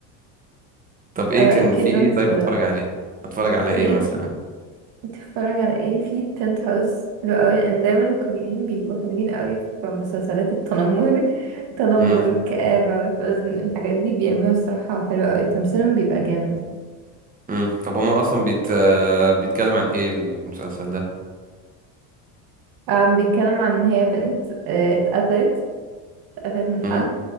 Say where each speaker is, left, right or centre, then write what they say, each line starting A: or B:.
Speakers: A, on the right; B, on the right.
A: طب ايه
B: لا،
A: كان
B: اكيد
A: في ايه
B: رمز
A: طيب
B: حلوة
A: اتفرج عليه اتفرج على
B: بس
A: ايه
B: ايه
A: مثلا
B: بتتفرج على ايه في بنت هاوس حلو قوي لان دايما الكوريين بيبقوا حلوين قوي في مسلسلات التنمر <laughs> التنمر
A: امم
B: والكآبة والحزن الحاجات دي بيعملوها الصراحة حلوة قوي تمثيلهم بيبقى جامد
A: امم طب هما اصلا بيت آه، بيتكلم عن ايه المسلسل ده
B: أم بيتكلم عن ان هي بنت آه، اتقتلت اتقتلت من حد
A: امم